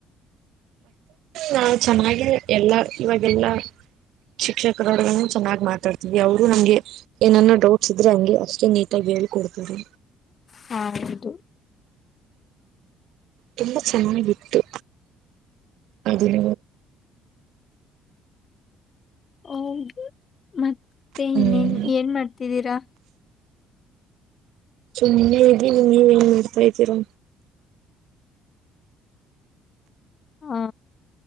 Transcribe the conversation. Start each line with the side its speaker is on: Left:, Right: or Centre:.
Right: ನಾ ಚೆನ್ನಾಗೆ ಎಲ್ಲಾ ಇವಾಗೆಲ್ಲಾ ಶಿಕ್ಷರೊಡನೆ ಚೆನ್ನಾಗ್ ಮಾತಾಡ್ತಿದವಿ ಅವರು ನಮ್ಗೆ ಏನನ್ನೋ ಡೌಟ್ಸ್ ಇದ್ರೆ ಹಂಗೆ ಅಷ್ಟೇ ನೀಟಾಗಿ ಹೇಳ್ಕೊಡ್ತರೆ
Left: ಹ ಹೌದು
Right: ತುಂಬಾ ಚೆನ್ನಾಗಿತ್ತು ಆ ದಿನ
Left: ಹೌದು ಮತ್ತ ಮತ್ತೇ
Right: ಹ್ಮ್
Left: ಇನೇನ್ ಏನ್ ಮಾಡ್ತಿದ್ದೀರಾ
Right: ಸೊ ನಿನ್ನೆ ಇದೀ ನೀ ನೀ ಏನ್ ಮಾಡ್ತಾ ಇದ್ದೀರಾ
Left: ಹಾ